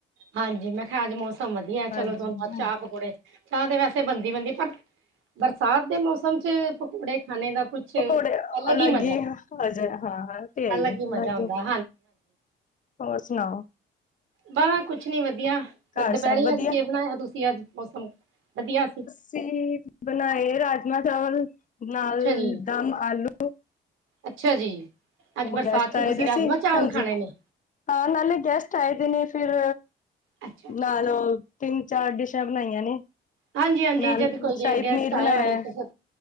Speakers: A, on the right; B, on the left.
A: ਹਾਂਜੀ, ਮੈਂ ਕਿਹਾ ਅੱਜ ਮੌਸਮ ਵਧੀਆ
B: ਹਾਂਜੀ
A: ਚਲੋ ਤੋਨੂੰ ਅੱਜ
B: ਹਾਂਜੀ
A: ਚਾਹ ਪਕੌੜੇ ਚਾਹ ਤਾਂ ਵੈਸੇ ਬਣਦੀ ਬਣਦੀ, ਪਰ ਬਰਸਾਤ ਦੇ ਮੌਸਮ ਚ ਪਕੌੜੇ ਖਾਣੇ ਦਾ ਕੁਛ ਅਲੱਗ
B: ਪਕੌੜੇ ਅਲੱਗ
A: ਹੀ ਮਜ਼ਾ
B: ਈ ਹਜੇ, ਹਾਂ ਹਾਂ ਤੇ ਹੈ ਈ,
A: ਅਲੱਗ
B: ਅਲਗੇ
A: ਮਜ਼ਾ ਆਉਂਦਾ
B: ਹੀ ਹੋਰ ਸੁਣਾਓ।
A: ਬਾ ਕੁਛ ਨੀ ਵਧੀਆ।
B: ਘਰ
A: ਦੁਪਹਿਰੀ
B: ਸਭ ਵਧੀਆ
A: ਅੱਜ ਕੀ ਬਣਾਇਆ ਤੁਸੀਂ ਅੱਜ, ਮੌਸਮ ਵਧੀਆ ਸੀ।
B: ਅਸੀਂ ਬਣਾਏ, ਰਾਜਮਾਂ ਚਾਵਲ ਨਾਲ
A: ਅੱਛਾ ਜੀ
B: ਦਮ ਆਲੂ।
A: ਅੱਛਾ ਜੀ, ਅੱਜ
B: ਉਹ
A: ਬਰਸਾਤ
B: ਗੈਸਟ
A: ਚ
B: ਆਏ
A: ਤੁਸੀਂ
B: ਦੇ
A: ਰਾਜਮਾਂ
B: ਸੀ
A: ਚਾਵਲ
B: ਹਾਂਜੀ
A: ਖਾਣੇ ਨੇ?
B: ਹਾਂ ਨਾਲੇ, ਗੈਸਟ ਆਏ ਦੇ ਨੇ ਫਿਰ
A: ਅੱਛਾ ਅੱਛਾ
B: ਨਾਲ
A: ਅੱਛਾ
B: ਓ ਤਿੰਨ ਚਾਰ ਡਿਸ਼ਾਂ ਬਣਾਈਆਂ ਨੇ।
A: ਹਾਂਜੀ ਹਾਂਜੀ,
B: ਨਾਲ
A: ਜਦ ਕੋਈ
B: ਸ਼ਾਹੀ
A: ਗ ਗੈਸਟ
B: ਪਨੀਰ ਬਣਾਇਆ
A: ਆਏ ਹੋਏ ਤੇ ਫਿਰ